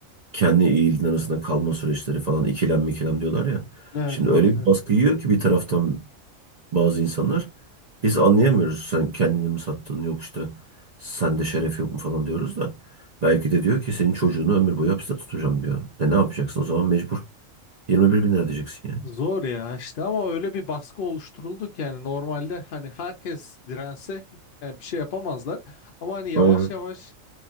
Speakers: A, on the right (about 40°); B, on the left (about 65°).
A: kendi iyiliğin arasında kalma süreçleri falan ikilem mikilem diyorlar ya.
B: Evet
A: Şimdi
B: evet
A: öyle bir
B: evet.
A: baskı yiyor ki bir taraftan bazı insanlar. Biz anlayamıyoruz sen kendini mi sattın yok işte sende şeref yok mu falan diyoruz da. Belki de diyor ki senin çocuğunu ömür boyu hapiste tutacağım diyor. E ne yapacaksın o zaman mecbur 21 bin lira diyeceksin yani.
B: Zor ya işte ama öyle bir baskı oluşturuldu ki yani normalde hani herkes dirense yani bir şey yapamazlar. Ama hani yavaş
A: Aynen.
B: yavaş